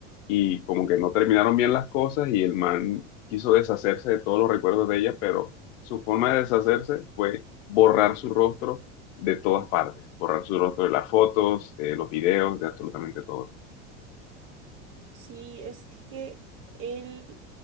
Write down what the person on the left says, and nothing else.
y como que no terminaron bien las cosas y el man quiso deshacerse de todos los recuerdos de ella, pero su forma de deshacerse fue borrar su rostro de todas partes, borrar su rostro de las fotos, de los videos, de absolutamente todo.